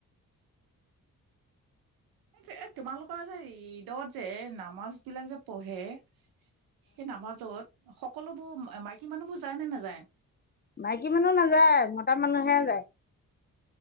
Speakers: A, on the right; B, on the left.
A: এইযে- তোমালোকৰ যে- ঈদত যে, নামাজ বিলাক যে পঢ়ে সেই নামাজত সকলোবোৰ মা- মাইকী মানুহবোৰ যায় নে নেযায়?
B: মাইকী মানুহ নাযায়, মতা মানুহহে যায়।